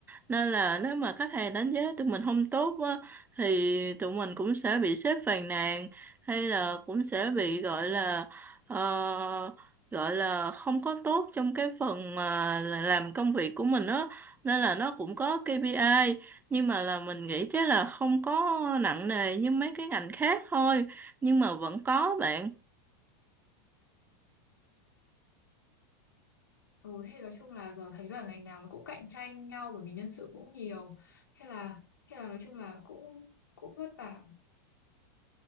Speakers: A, on the right (about 15°); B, on the left (about 80°).
A: nên là nếu mà khách hàng đánh giá tụi mình không tốt á, thì tụi mình cũng sẽ bị sếp phàn nàn, hay là cũng sẽ bị gọi là ờ, gọi là không có tốt trong cái phần mà là làm công việc của mình á nên là nó cũng có KPI nhưng mà là mình nghĩ chắc là không có nặng nề như mấy cái ngành khác thôi nhưng mà vẫn có bạn
B: Ừ thế nói chung là giờ thấy là ngành nào nó cũng cạnh tranh nhau bởi vì nhân sự cũng nhiều. Thế là thế là nói chung là cũng cũng vất vả.